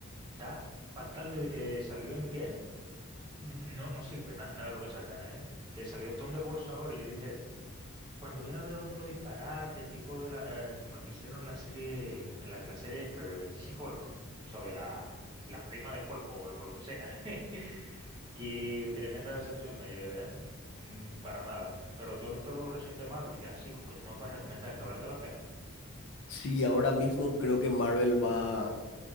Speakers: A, on the right (about 20°); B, on the left (about 55°).
A: Está fatal desde que salió Endgame. N- No, no sirve na- nada de lo que sacan, ¿eh? Que salió Thunderbolts ahora y yo dije, cuando viene a ver otro disparate, tipo de la, eh, como el que hicieron en la serie, la, la serie esta de She-Hulk, tú sabes, la, la prima de Hulk o, lo o lo que sea. <laughs> Qué tremenda decepción me llevé, ¿eh? Mm, para nada. Pero tú has visto algo reciente de Marvel, que así como que tú me puedes recomendar que valga la pena.
B: Sí, ahora mismo creo que Marvel va,